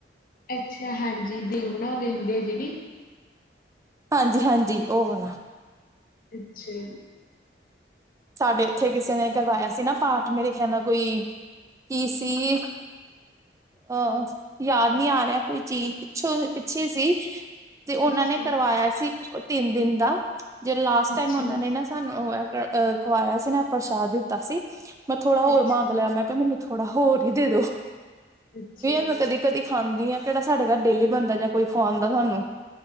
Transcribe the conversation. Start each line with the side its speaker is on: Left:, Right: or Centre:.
Left: ਅੱਛਾ ਹਾਂਜੀ ਦਿਗ ਬਣਾਉਂਦੇ ਹੁੰਦੇ ਆ ਜਿਹੜੀ
Right: ਹਾਂਜੀ ਹਾਂਜੀ ਉਹ ਵਾ
Left: ਅੱਛਾ
Right: ਸਾਡੇ ਉੱਥੇ ਕਿਸੇ ਨੇ ਕਰਵਾਇਆ ਸੀ ਨਾ ਪਾਠ ਮੇਰੇ ਖਿਆ ਨਾਲ ਕੋਈ ਕੀ ਸੀ ਅਹ ਯਾਦ ਨਹੀਂ ਆ ਰਿਹਾ ਕੋਈ ਚੀਜ਼ ਪਿੱਛੋਂ ਪਿੱਛੇ ਸੀ ਤੇ ਉਹਨਾਂ
Left: ਅੱਛਾ
Right: ਨੇ
Left: ਜੀ,
Right: ਕਰਵਾਇਆ ਸੀ ਤਿੰਨ ਦਿਨ ਦਾ ਜੇ ਲਾਸਟ
Left: ਅੱਛਾ
Right: ਟਾਈਮ ਉਹਨਾਂ ਨੇ ਨਾ ਸਾਨੂੰ ਅ ਖਵਾਇਆ ਸੀ ਨਾ ਪ੍ਰਸ਼ਾਦ ਦਿੱਤਾ ਸੀ ਮੈਂ ਥੋੜ੍ਹਾ ਹੋਰ
Left: ਅੱਛਾ
Right: ਮੰਗ ਲਿਆ ਮੈਂ ਕਿਹਾ ਮੈਨੂੰ ਥੋੜਾ ਹੋਰ ਦ
Left: ਅੱਛਾ ਜੀ,
Right: ਮੈਂਦੀ ਕਦੀ ਖਾਂਦੀ ਆ ਕਿਹੜਾ ਸਾਡੇ ਘਰ ਡੇਲੀ ਬਣਦਾ ਜਾਂ ਕੋਈ ਖਵਾਉਂਦਾ ਸਾਨੂੰ